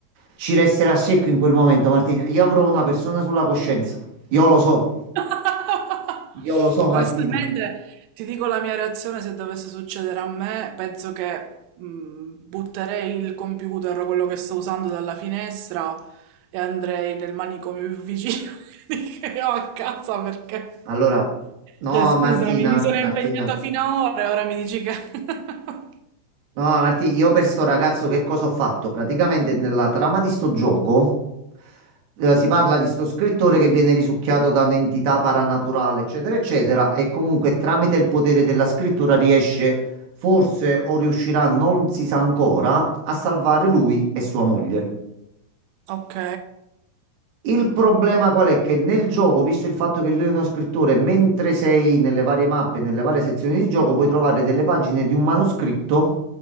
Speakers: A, on the right; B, on the right.
A: ci resterà secco in quel momento, Martina. Io avrò una persona sulla coscienza. Io lo so,
B: <laughs>
A: io lo so,
B: Onestamente,
A: Martina.
B: ti dico la mia reazione se dovesse succedere a me, penso che mh, butterei il computer, o quello che sto usando, dalla finestra e andrei nel manicomio più vicino <laughs> che ho a casa perché...
A: Allora, no,
B: Cioè, scusami,
A: Martina,
B: mi sono
A: Martina,
B: impegnata fino a ora e ora mi dici che... <laughs>
A: no, Martina, io per sto ragazzo che cosa ho fatto? Praticamente nella trama di sto gioco eh, si parla
B: Mm,
A: di sto scrittore che viene risucchiato da un'entità paranaturale, eccetera, eccetera, e comunque tramite il potere della scrittura riesce, forse o riuscirà, non si sa ancora, a salvare lui e sua moglie.
B: Ok,
A: Il problema qual è? Che nel gioco, visto il fatto che lui è uno scrittore, mentre sei nelle varie mappe, nelle varie sezioni di gioco, puoi trovare delle pagine di un manoscritto.